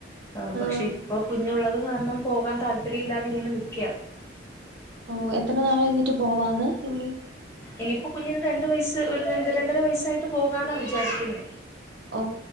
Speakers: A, on the left; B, on the right.
A: ആ പക്ഷെ
B: ആഹ്
A: ഇപ്പൊ കുഞ്ഞുള്ളത് കാരണം പോവാൻ താല്പര്യം ഇല്ലാതെ ഇങ്ങനെ നിക്ക്യ
B: ഓ എത്ര നാള് കഴിഞ്ഞിട്ട് പോവാന്ന് ഇനി
A: ഇനിയിപ്പോ കുഞ്ഞിന് രണ്ടു വയസ്സ് ഒരു രണ്ട് രണ്ടര വയസ്സായിട്ട് പോകന്നാ വിചാരിക്കുന്നേ
B: ഓ